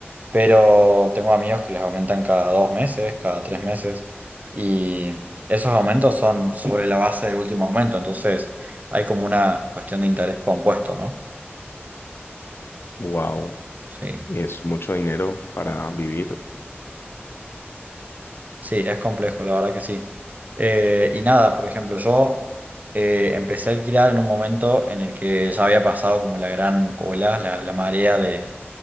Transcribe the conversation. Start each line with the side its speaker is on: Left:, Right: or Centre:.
Right: pero tengo amigos que les aumentan cada dos meses, cada tres meses, y esos aumentos son sobre la base del último aumento, entonces hay como una cuestión de interés compuesto, ¿no?
Left: Wow,
Right: Sí,
Left: es mucho dinero para vivir.
Right: sí, es complejo, la verdad que sí. Eh, y nada, por ejemplo, yo eh, empecé a alquilar en un momento en el que ya había pasado como la gran ola, la, la marea de